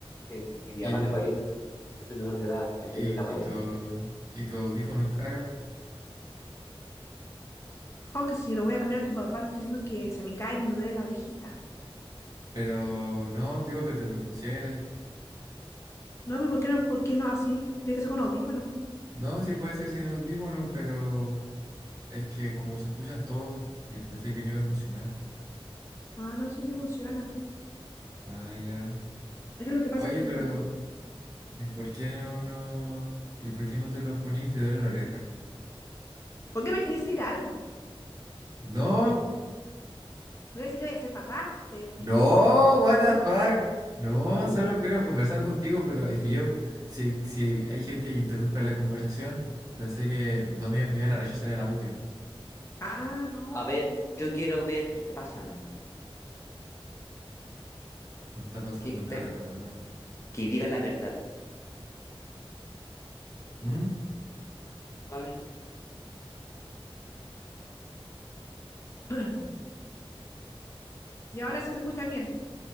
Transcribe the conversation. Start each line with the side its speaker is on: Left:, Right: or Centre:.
Left: que, que mi
Right: ¿Y,
Left: papá me pagó, yo soy menor de edad, a meterle
Right: y,
Left: la boleta.
Right: y tu, y tus audífonos caros?
Left: Oh, que si lo voy a cambiar a tu papá, no estoy diciendo que se me caen y me duele la orejita.
Right: Pero no, tengo que te los pusieras.
Left: No, pero ¿por qué no? ¿Por qué no así? Tiene que ser con audífono.
Right: No, sí puede ser sin audífonos, pero es que como se escuchan todos, eh, pensé que no iba a funcionar.
Left: Ah, no, sí, sí funciona.
Right: Ah, ya.
Left: Porque lo que pasa
Right: Oye,
Left: es que,
Right: pero
Left: como-
Right: ¿y por qué no, no? ¿Y por qué no te los poní y te duele la oreja?
Left: ¿por qué me querés decir algo?
Right: No,
Left: No voy a decir que voy a ser papá. Te,
Right: no,
Left: te...
Right: what the fuck. No,
Left: La tu-
Right: solo quiero conversar contigo, pero es que yo, si, si hay gente que interrumpe la conversación, pensé que no me, me iban a rechazar el audio.
Left: Ah, no. A ver. Yo quiero ver qué está pasando.
Right: No está pasando
Left: Que, está-
Right: nada, cabrón.
Left: que diga la verdad.
Right: ¿Mm?
Left: Vale. <clears throat> Y ahora sí se escucha bien.